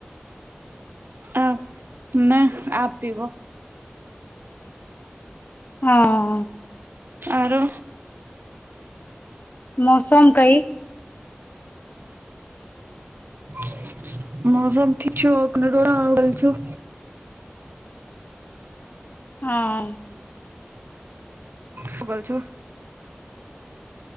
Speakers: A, on the right; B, on the left.
A: आ नय आब पीबो।
B: हँ
A: आरो
B: मौसम कही,
A: <inaudible> मौसम ठीक छो अखन रोदा उगल छो
B: <unintelligible>
A: खुगल छो